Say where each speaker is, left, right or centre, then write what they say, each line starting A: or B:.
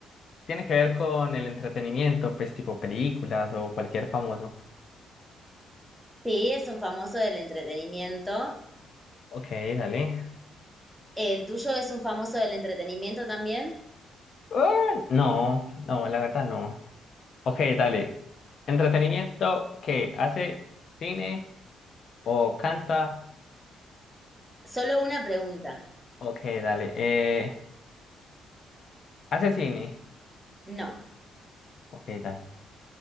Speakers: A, on the left; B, in the centre.
A: tiene que ver con el entretenimiento, pues tipo películas o cualquier famoso.
B: Sí, es un famoso del entretenimiento.
A: Ok, dale.
B: ¿El tuyo es un famoso del entretenimiento también?
A: Ah, no, no, la verdad no. Ok, dale. ¿Entretenimiento que hace cine o canta?
B: Solo una pregunta.
A: Ok, dale. Eh, ¿hace cine?
B: No.
A: Ok, dale.